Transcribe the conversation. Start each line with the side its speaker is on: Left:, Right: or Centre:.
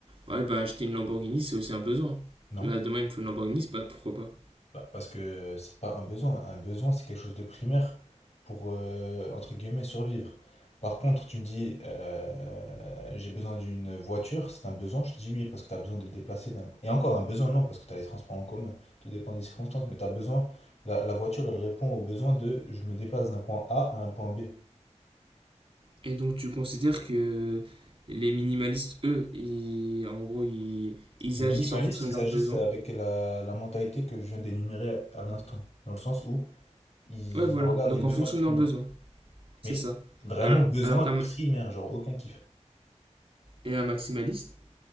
Right: ouais, bah, acheter une Lamborghini, c'est aussi un besoin.
Left: non?
Right: Là, demain, il me faut une Lamborghini, bah, pourquoi pas.
Left: Bah, parce que c'est pas un besoin. Un besoin, c'est quelque chose de primaire pour, euh, entre guillemets, survivre. Par contre, tu me dis, euh, j'ai besoin d'une voiture, c'est un besoin. Je te dis oui, parce que tu as besoin de te déplacer. d'un- Et encore un besoin, non, parce que tu as les transports en commun. Tout dépend des circonstances, mais tu as besoin. La, la voiture, elle répond au besoin de je me déplace d'un point A à un point B.
Right: Et donc tu considères que les minimalistes, eux, ils, en gros, ils, ils
Left: Les minimalistes,
Right: agissent en fonction
Left: ils
Right: de leurs
Left: agissent
Right: besoins.
Left: avec la, la mentalité que je viens d'énumérer à l'instant, dans le sens où ils
Right: Ouais, voilà.
Left: regardent
Right: Donc
Left: les besoins
Right: en fonction
Left: primaires.
Right: de leurs besoins.
Left: Mais
Right: C'est ça.
Left: vraiment
Right: Alors,
Left: besoin
Right: alors qu'un
Left: primaire, genre aucun kiff.
Right: et un maximaliste,